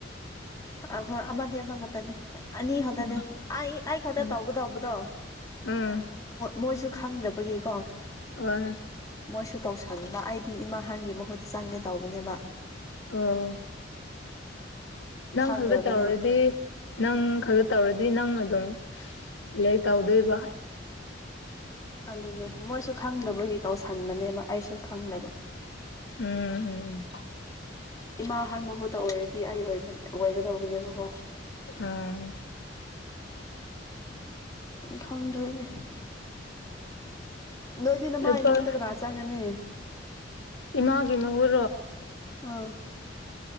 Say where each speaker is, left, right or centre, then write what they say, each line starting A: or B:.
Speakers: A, on the left; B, on the left.
A: ꯑꯘꯔ ꯑꯃꯥꯗꯤ ꯑꯃꯥ ꯍ ꯇꯅꯦ ꯅꯤ ꯈꯗꯅꯦ
B: ꯎꯝ
A: ꯑꯩ ꯑꯩ ꯈꯗ
B: ꯎꯝ
A: ꯇꯥꯎꯕꯗꯕꯗꯣ
B: ꯎꯝ
A: ꯃꯣꯏꯁꯨ ꯈꯪꯗꯕꯒꯤꯀꯣ
B: ꯑꯣ
A: ꯃꯣꯏꯁꯨ ꯇꯧꯁꯅꯕ ꯑꯩꯗꯤ ꯏꯃꯥ ꯍꯥꯟꯒꯤ ꯃꯍꯨꯠꯇ ꯆꯪꯒꯦ ꯇꯧꯕꯅꯦꯕ
B: ꯑꯣ ꯅꯪ
A: ꯈꯪꯗ꯭ꯔꯕꯅꯦ
B: ꯈꯛꯇ ꯇꯧꯔꯗꯤ ꯅꯪ ꯈꯛꯇ ꯇꯧꯔꯗꯤ ꯅꯪ ꯑꯗꯨꯝ ꯏꯂ ꯇꯥꯎꯗꯣꯏꯕ
A: ꯑꯗꯨꯅꯦ ꯃꯣꯏꯁꯨ ꯈꯪꯗꯕꯒꯤ ꯇꯧꯁꯟꯕꯅꯦꯕ ꯑꯩꯁꯨ ꯈꯪꯗꯕ
B: ꯎꯝ ꯎꯝꯝ
A: ꯏꯃꯥ ꯑꯍꯟ ꯃꯍꯨꯠꯇ ꯑꯣꯏꯔꯗꯤ ꯑꯩꯕ ꯑꯣꯏꯒꯗꯧꯕꯅꯦꯕꯀꯣ
B: ꯎꯝ
A: ꯎ ꯈꯪꯗꯣꯏꯅꯦ ꯅꯣꯏꯗꯤ ꯅ
B: ꯍꯦꯜꯄꯔ
A: ꯃꯥ ꯑꯩ ꯃꯒ ꯇꯒ ꯔꯥ ꯆꯒꯅꯤ
B: ꯏꯃꯥꯒꯤ ꯃꯍꯨꯣ
A: ꯑꯥ